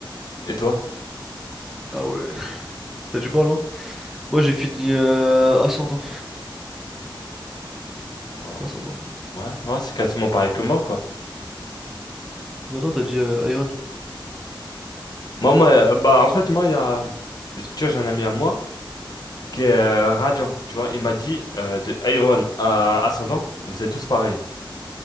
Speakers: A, on the left; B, in the centre.
A: Et toi?
B: Ah ouais. T'as du mal, hein? Moi, j'ai fini euh, Ascendant.
A: Euh,
B: Ascendant, Ascendant.
A: Ouais, ouais, c'est quasiment pareil que moi quoi.
B: Maintenant, t'as dit euh, Iron.
A: Moi, moi, euh, bah en fait, moi, il y a, tu vois, j'ai un ami à moi. qui est euh, radiant, tu vois. Il m'a dit euh, de Iron à Ascendant, vous êtes tous pareils.